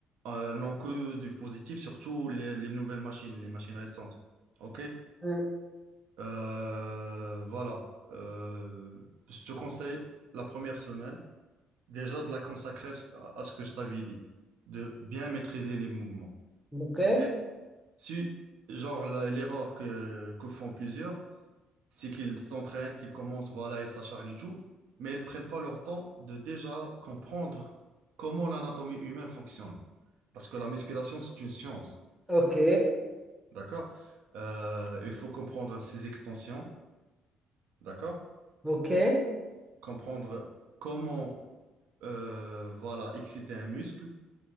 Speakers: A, on the right (about 85°); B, in the centre.
A: euh, n'ont que du positif, surtout les, les nouvelles machines, les machines récentes. Ok,
B: Mm.
A: Euh, voilà. Euh, je te conseille la première semaine déjà de la consacrer à à ce que je t'avais dit, de bien maîtriser les mouvements.
B: Ok.
A: Ok. Si, genre, la- l'erreur que, que font plusieurs, c'est qu'ils s'entraînent, qu'ils commencent, voilà, ils s'acharnent et tout, mais ils prennent pas leur temps de déjà comprendre comment l'anatomie humaine fonctionne. Parce que la musculation, c'est une science,
B: Ok,
A: d'accord? Euh, il faut comprendre ses extensions, d'accord?
B: ok,
A: Comprendre comment, euh, voilà, exciter un muscle.